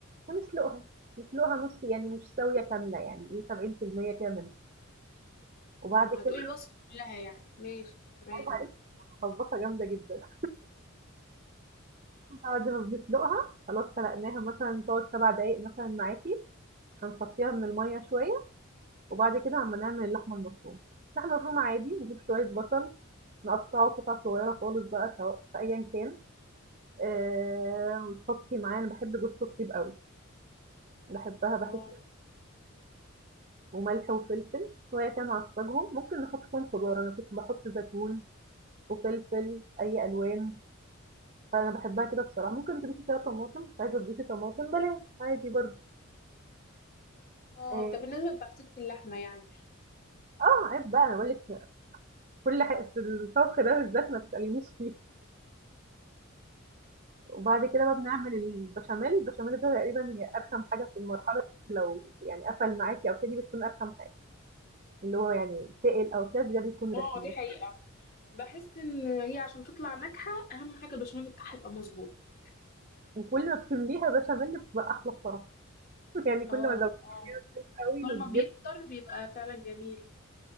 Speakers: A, on the right; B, on the left.
A: فنسلُقها، نسلُقها نُص يعني مش ساوية كاملة يعني إيه 70% كامل، وبعد
B: اه
A: كده
B: هتقولي الوصفة كلها يعني ماشي تمام
A: بقِت عليها مطبّقة جامدة جدًا، <laughs> بعد ما بنسلُقها خلاص سلقناها مثلًا تقعد 7 دقايق مثلًا معاكِ، هنصفّيها من المَيّة شوية، وبعد كده أمّا نعمل اللحمة المفرومة، اللحمة المفرومة عادي نجيب شوية بصل نقطّعه قطع صغيّرة خالص بقى سواء في أيًا كان، آآ وتحطّي معاه أنا باحب جوزة الطيب أوي، باحبها باحس
B: اه
A: وملح وفلفل، شوية كده نعصّجهم، ممكن نحُط فيهم خضار، أنا كنت باحُط زيتون وفلفل، أي ألوان، فأنا باحبها كده بصراحة، ممكن تضيفي فيها طماطم، مش عايزة تضيفي طماطم بلاش عادي برضه،
B: اه
A: آآ
B: ده بالنسبة لتعصيبة اللحمة يعني
A: آه عيب بقى أنا باقول لِك كل حاجة في الطبخ ده بالذات ما تسألينيش فيه، وبعد كده بقى بنعمل البشاميل، البشاميل ده تقريبًا هي أرخم حاجة في المرحلة دي لو يعني قفل معاكِ أو كده دي بتكون أرخم حاجة، اللي هو يعني تقل أو كده ده بيكون رخم
B: اه دي
A: بقى،
B: حقيقة بحس إن هي عشان تطلع ناجحة أهم حاجة البشاميل بتاعها يبقى مظبوط
A: وكل ما بتمليها بشاميل بتبقى أحلى بصراحة، <laughs> يعني كل
B: اه
A: ما زودتها
B: اه
A: أوي
B: كل
A: وكبرت
B: ما بيكتر بيبقى فعلا جميل